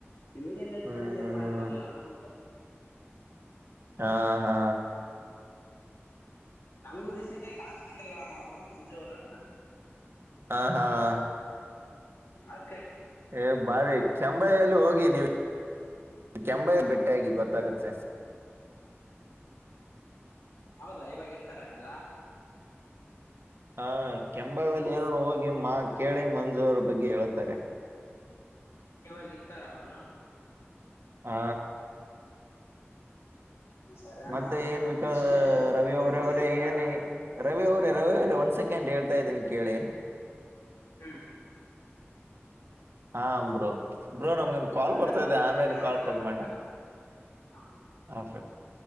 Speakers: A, on the left (about 80°); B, on the right (about 55°).
A: ನಿಮಗ ನ್ ಇಡ್ತಾನ
B: ಹ್ಮ್ ಹ್ಮ್
A: ಏನ್ ಮಾಡಕ್ ಬರ್ಲಣ ಅಂದ್ರ
B: ಹಾ ಹಾ
A: ನಮಗೂ ರೀಸೆಂಟ್ ಆಗಿ ಕಸ್ಕೊಂಡಿಲ್ಲವಣ ಅವರು ಮಂಜು ಅವರು
B: ಹಾ ಹಾ ಹಾ
A: ಅದ
B: ಏ ಬಾರಿ ಕೆಂಬಯ್ಯಲ್ಲಿ ಹೋಗಿ ನೀವು ಕೆಯಟ್ಟ ಟ್ಟಾಗಿ ಗೊತ್ತಾಗುತ್ತೆ
A: ಹೌದಾ ಇವಾಗ ಇರ್ತಾರ ಅಂದ
B: ಹ ಕೆಂಬಾವಲ್ಲಿ ಏನನು ಹೋಗಿ ಮಾ ಕೇಳಿ ಮಂಜು್ರ ಬಗ್ಗೆ ಹೇಳೇಳ್ತಾರೆ
A: ಇವಾಗ ಇರ್ತಾರ ಅವರು
B: ಹಾ
A: ಸರಿ ಅಣ್ಣ
B: ಮತ್ತೆ
A: ನಾನು
B: ಏನ್ ವಿಕಾ
A: ಹೋಗಿಸಿ
B: ರವಿ
A: ಮೀಟ್
B: ಅವರವರ
A: ಆಗ್ತೀನಿ ಇವಾಗ
B: ಏನ ರವಿ ಅವರು ರವ ಒ್ ಸೆಕೆಂಡ್ ಹೇಳ್ತಾ ಇದ್ದೀನಿ ಕೇಳಿ
A: ಹ್ಮ್
B: ಹಾ ಬ್ರೋ ಬ್ರೋ ನಮ್ಗಂದು ಕಾಲ್ ಬರ್ತಾ
A: ನನ್
B: ಇದೆ
A: ಬರ್ತೈತೆ
B: ಆಮೇಲೆ
A: ಅಣ್ಣ
B: ಕಾಲ್
A: ನಾನ್
B: ಕೊಲ್
A: ಆಮೇಲೆ
B: ಮಾಡೆ
A: ಕ ಹಾ
B: ಹಾಂ